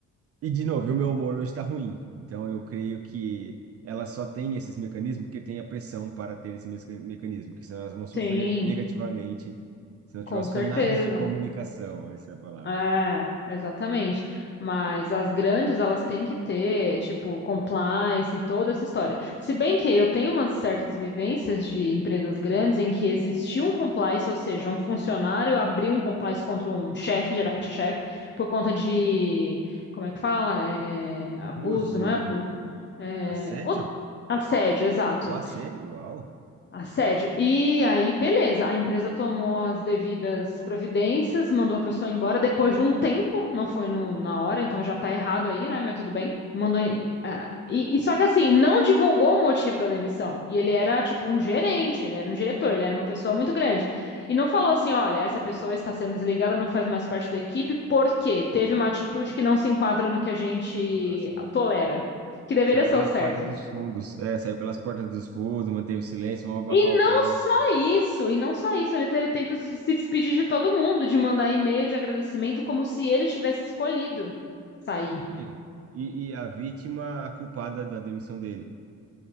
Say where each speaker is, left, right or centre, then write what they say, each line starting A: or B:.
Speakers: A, on the right; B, on the left.
A: E de novo, o meu humor hoje está ruim. Então eu creio que ela só tem esses mecanismos porque tem a pressão para ter esse mesca- mecanismo, que senão elas vão sofrer
B: Sim,
A: negativamente se não
B: com
A: tiver os
B: certeza.
A: canais de comunicação, essa é a palavra.
B: É, exatamente. Mas as grandes, elas têm que ter, tipo, compliance e toda essa história. Se bem que eu tenho umas certas vivências de empresas grandes em que existia um compliance, ou seja, um funcionário abriu um compliance contra um chefe, geralmente é chefe, por conta de, como é que fala? É, abuso,
A: Uso.
B: não é abuso? É,
A: Assédio?
B: o- assédio, exato.
A: O assédio? Uau!
B: Assédio. E aí, beleza, a empresa tomou as devidas providências, mandou a pessoa embora depois de um tempo, não foi no- na hora, então já tá errado aí, né? Mas tudo bem. Mandou. em- ah, e, e só que assim, não divulgou o motivo da demissão. E ele era tipo um gerente, ele era um diretor, ele era uma pessoa muito grande. E não falou assim: olha, essa pessoa está sendo desligada, não faz mais parte da equipe, porque teve uma atitude que não se enquadra no que a gente
A: Nossa.
B: tolera, que deveria
A: Saiu
B: ser
A: pelas
B: o certo.
A: portas dos fundos. É, saiu pelas portas dos fundos, manteve o silêncio, vão abafar
B: E
A: o
B: não
A: caso.
B: só isso, e não só isso, ele teve tempo de se despedir de todo mundo, de mandar e-mail de agradecimento como se ele tivesse escolhido sair.
A: Hum. E, e a vítima, a culpada da demissão dele.